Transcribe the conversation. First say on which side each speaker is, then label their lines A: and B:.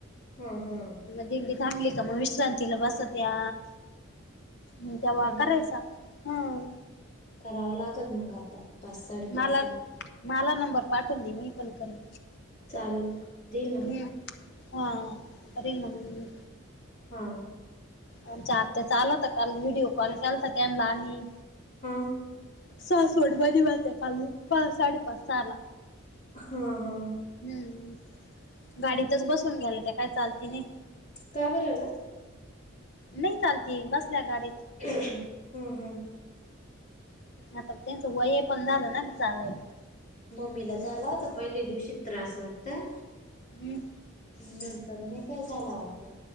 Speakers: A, on the left; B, on the left.
A: हां हां.
B: मग दिंडी थांबली का, मग विश्रांतीला बसत या. हं
A: हा
B: तेव्हा
A: ना
B: करायचा. हम्म.
A: करावं लागल मग आता. पाच साडेपाच
B: मला
A: ला
B: मला नंबर पाठवून दे, मी पण करेन.
A: चाल देईल ना
B: हम हा करेल ना मी.
A: हा.
B: आमच्या आत्या चालत काल व्हिडिओ कॉल केलता त्यांनला आम्ही.
A: हां.
B: सासवड मधी गेलते, काल मी साडेपाच सहाला.
A: हा हा.
B: हम्म गाडीतच बसून घ्याला त्या काय चालती नाही.
A: का बरं आहे गं?
B: नाही चालती बसल्या गाडीत.
A: हम्म हम्म.
B: आता त्यांचं वय हायपण झालं ना ग चालाय.
A: मम्मीला झाला होता पहिले दिवशी त्रास वाट तर,
B: हम्म
A: नंतर नाही काय झाला वाटतं.